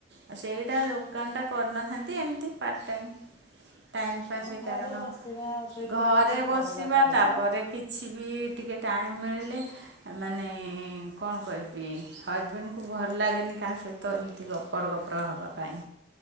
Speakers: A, on the right; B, on the left.
A: ଆଉ ସେଇଟା। ଦୋକାନ ଟା କରିନଥାନ୍ତି ଏମିତି ପାର୍ଟ ଟାଇମ୍। ଟାଇମ୍
B: ହଁ
A: ପାସ୍ ହୁଏ
B: ଘରେ
A: କାରଣ
B: ବସିବା ଅପେକ୍ଷା
A: ଘରେ
B: କିଛି
A: ବସିବା
B: କରିବାଟା ଭଲ।
A: ତାପରେ କିଛି ବି ଟିକେ। ଟାଇମ୍ ମିଳିଲେ। ମାନେ କଣ କହିବି ହଜବେଣ୍ଡ କୁ ଭଲ ଲାଗେନି କାହା ସହିତ ଏମିତି ଗପ ଗପର ଗପର ହବା ପାଇଁ।